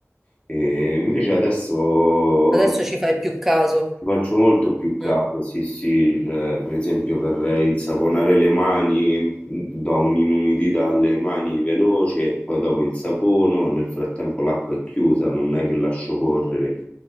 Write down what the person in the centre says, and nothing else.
Adesso ci fai più caso.
Mm.